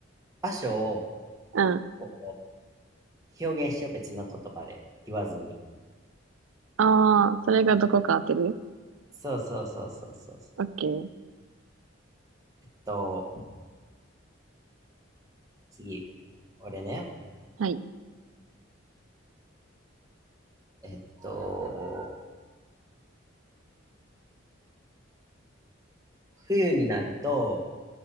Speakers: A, on the right; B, on the right.
A: 場所を、
B: うん。
A: こう、表現しよう、別の言葉で言わずに。
B: ああ、それがどこか当てる
A: そうそうそうそうそうそう。
B: オッケー。
A: えっと、次、俺ね、
B: はい。
A: えっと、冬になると、